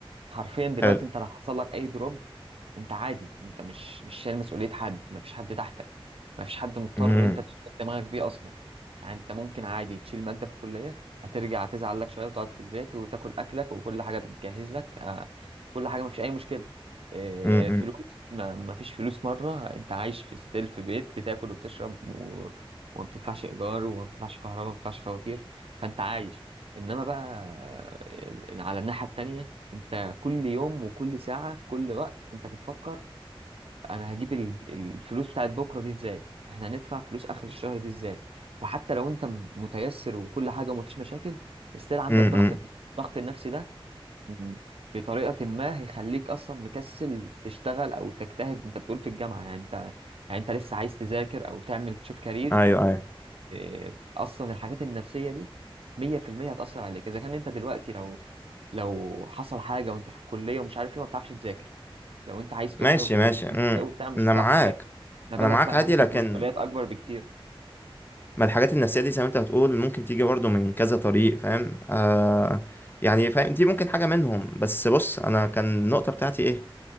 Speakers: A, on the right (about 75°); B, on the left (about 20°).
A: حرفيا دلوقتي
B: حلو
A: انت لو حصل لك اي دروب انت عادي انت مش مش شايل مسؤوليه حد مفيش حد تحتك مفيش حد مضطر
B: امم
A: انت تشغل دماغك بيه اصلا يعني انت ممكن عادي تشيل ماده في الكليه هترجع تزعل لك شويه وتقعد في البيت وتاكل اكلك وكل حاجه بتجهز لك آه، كل حاجه مفيش اي مشكله آه،
B: امم
A: فلوس ما مفيش فلوس مره انت عايش في ستيل في بيت بتاكل وبتشرب و... وما بتدفعش ايجار وما بتدفعش كهرباء ما بتدفعش فواتير فانت عايش انما بقى آه، على الناحيه التانيه انت كل يوم وكل ساعة في كل وقت انت بتفكر انا هجيب ال- الفلوس بتاعت بكرة دي ازاي احنا هندفع فلوس اخر الشهر دي ازاي وحتى لو انت م- متيسر وكل حاجة ومفيش مشاكل استيل عندك
B: امم
A: ضغط الضغط النفسي ده م- بطريقة ما هيخليك اصلا مكسل تشتغل او تجتهد انت بتقول في الجامعة يعني انت يعني انت لسه عايز تذاكر او تعمل تشوف كارير
B: ايوه ايوه
A: إيه، اصلا الحاجات النفسيه دي 100% هتاثر عليك اذا كان انت دلوقتي لو لو حصل حاجه وانت في الكليه ومش عارف ايه ما بتعرفش تذاكر لو انت عايز تخرج
B: ماشي
A: و-
B: ماشي امم
A: وبتاع مش
B: انا
A: بتعرف
B: معاك
A: تذاكر ما بالك
B: انا معاك
A: بقى
B: عادي
A: عندك
B: لكن
A: مسؤوليات اكبر بكتير
B: ما الحاجات النفسية دي زي ما انت بتقول ممكن تيجي برضه من كذا طريق فاهم آه يعني فاهم دي ممكن حاجة منهم بس بص انا كان النقطة بتاعتي ايه